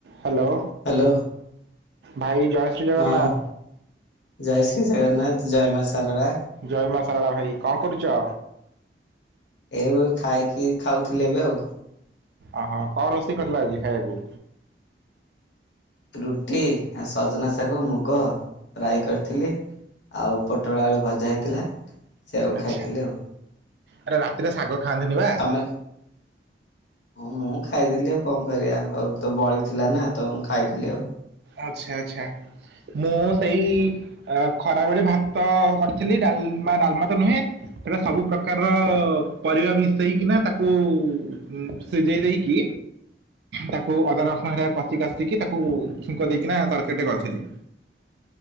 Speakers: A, on the right (about 65°); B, on the left (about 80°).
A: ହାଲୋ।
B: ହାଲୋ।
A: ଭାଇ ଜୟ ଜଗନ୍ନାଥ
B: ହଁ, ଜୟ ଶ୍ରୀ ଜଗନ୍ନାଥ, ଜୟ ମା ଶାରଳା।
A: ଜୟ ମା ସାରଳା ଭାଇ, କଁ କରୁଚ?
B: ଏଇ, ଏବେ ଖାଇକି ଖାଉଥିଲି, ଏବେ ଆଉ।
A: ଅହଁ, କଁ ରୋଷେଇ କରିଥିଲ ଆଜି ଖାଇଆକୁ?
B: ରୁଟି ଆ ସଜନା ଶାଗ, ମୁଗ ରାଇ କରିଥିଲି। ଆଉ ପୋଟଳ ଆଳୁ ଭଜା ହେଇଥିଲା। ସେଆକୁ
A: ଆଚ୍ଛା,
B: ଖାଇଥିଲି ଆଉ
A: ଆରେ ରାତିରେ ଶାଗ ଖାଆନ୍ତିନି ବା।
B: ତମେ ହଁ, ମୁଁ ଖାଇଦେଲି ଆଉ। କଁ କରିବା? ଆଉ ତ ବଳିଥିଲା ନା, ତ ମୁଁ ଖାଇଦେଲି ଆଉ।
A: ଆଚ୍ଛା ଆଚ୍ଛା ମୁଁ ସେଇ ଆଉ ଖରାବେଳେ ଭାତ-ଅ କରିଥିଲି ଡାଲ୍-ମା ଡାଲ୍ମା ତ ନୁହେଁ ସେଟା ସବୁ ପ୍ରକାରର-ଅ ପରିବା ମିଶେଇକି ନା ତାକୁ-ଉ ଉଁ ସିଝେଇ ଦେଇକି ତାକୁ ଅଦାରସଣରେ କଷି କାଷିକି ତାକୁ-ଉ ଛୁଙ୍କ ଦେଇକିନା ତରକାରୀଟେ କରିଥିଲି।